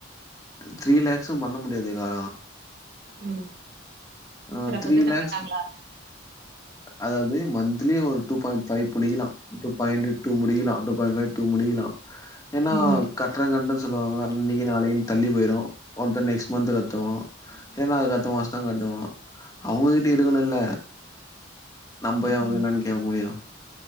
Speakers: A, on the left; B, on the right.
A: த்ரீ லேக்ஸு பண்ண முடியாதுக்கா
B: ம்
A: அ
B: ரொம்ப
A: த்ரீ
B: திட்ட
A: லேக்ஸ்
B: மாட்டாங்களா
A: அதாவது மன்த்லி ஒரு டூ பாயிண்ட் ஃபைவ் புடிக்கலா டு பாய்ன்ட் டூ முடிகலா டூ பாய்ட் ஃபை டு முடிக்கலா ஏன்னா
B: ம்
A: கட்ற கட்றன் சொல்லுவாங்க இன்னைக்கு நாளகினு தள்ளி போய்ரு ஒருத்த நெக்ஸ்ட் மன்த் கத்துவா இல்லனா அதுக்கத்த மாசந்தா கட்டுவா அவங்ககிட்டயு இருக்கணுல நம்போய் அவங்கள
B: ம்
A: என்னானு கேக்க முடியு